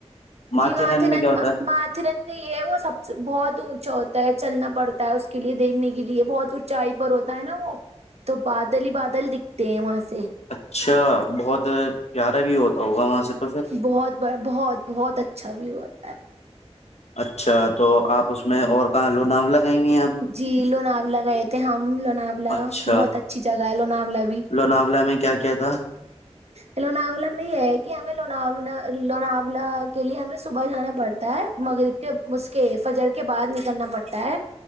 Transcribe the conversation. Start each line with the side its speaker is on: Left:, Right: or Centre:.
Left: ماتھیران
Right: جی من
Left: میں کیا ہوتا ہے
Right: ماترن میں یہ وہ سب سے بہت اونچا ہوتا ہے چلنا پڑتا ہے اس کے لیے دیکھنے کے کے لیے بہت اونچائی پر ہوتا ہے نا وہ تو بادل ہی بادل دکھتے ہیں وہاں سے
Left: اچھا بہت پیارا بھی ہوتا ہوگا وہاں سے تو پھر
Right: بہت بڑھیا بہت بہت اچھا ہوا ہے آ
Left: اچھا تو آپ اس میں اور کہاں لوناولا گئی ہوئی ہیں آپ
Right: جی لوناولا گئے تھے ہم لوناولا
Left: اچھا
Right: بہت اچھی جگہ ہے لوناولا بھی
Left: لوناولا میں کیا کیا تھا
Right: لوناولا میں یہ ہے کہ ہمیں لوناولا لوناولا کے لیے ہمیں صبح جانا پڑتا ہے مغگرب کے اس کے فجر کے بعد نکلنا پڑتا ہے